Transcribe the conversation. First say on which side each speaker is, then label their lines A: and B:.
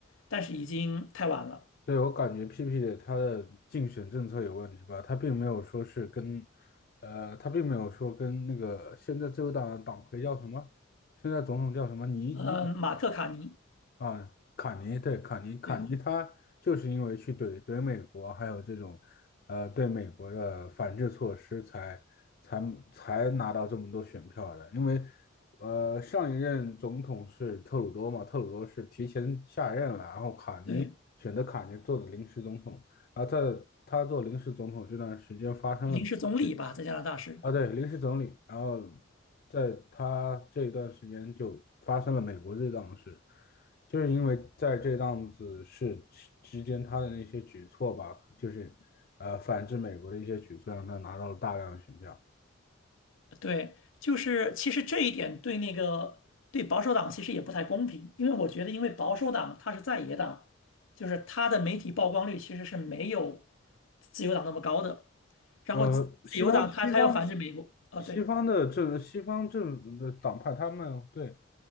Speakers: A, on the left; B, on the left.
A: 但是已经太晚了。
B: 对，我感觉 PP 的他的竞选政策有问题吧，他并没有说是跟呃，他并没有说跟那个现在自由党党魁叫什么，现在总统叫什么尼尼
A: 呃，马克卡尼，
B: 啊，卡尼对卡尼，卡尼他就是因为去怼怼美国，
A: 对
B: 还有这种，呃，对美国的反制措施才，才才拿到这么多选票的。因为，呃，上一任总统是特鲁多嘛，特鲁多是提前下任了，然后卡尼选择卡尼做的临时总统，
A: 对，
B: 然后在他做临时总统这段时间发生了美国。
A: 临时总理吧，在加拿大是，
B: 啊，对，临时总理。然后在他这一段时间就发生了美国这档事，就是因为在这档子事之之间，他的那些举措吧，就是呃反制美国的一些举措，让他拿到了大量的选票。
A: 对，就是其实这一点对那个对保守党其实也不太公平，因为我觉得因为保守党它是在野党，就是它的媒体曝光率其实是没有自由党那么高的。然后自自由党他他要反制美国，
B: 呃，西方西方
A: 啊，
B: 西方的政西方政府的党派，
A: 对
B: 他们对